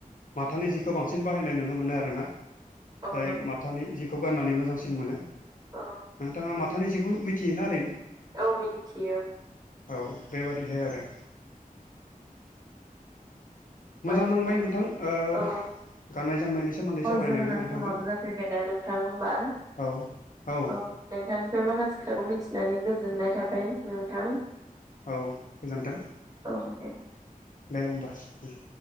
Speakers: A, on the left; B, on the right.
A: माथानि जिखौ बांसिन बाहायनाय नुनो मोनो आरो ना।
B: औ
A: जाय
B: नों
A: माथानि जिखौ गान्नानै मोजांसिन मोनो
B: औ
A: नोंथाङा माथानि जिखौ मि थियोना ओरैनो
B: औ मिथियो
A: औ बेबादिहाय आरो। मोजां
B: माथो
A: नांबाय नोंथां ओ
B: औ
A: गाननाय जोमनायनि सोमोन्दै
B: अ
A: सावरायनानै
B: जोंना
A: नोंथांजों
B: समाबो जाफैबायना नोंथां होमबा
A: औ औ।
B: औ नोंथांनिफ्राय माखासे खोथाखौ मिथिनानै गोजोननाय थाबाय। नोंथां
A: औ गोजोन्थों
B: औ दे।
A: दे होमबा उम।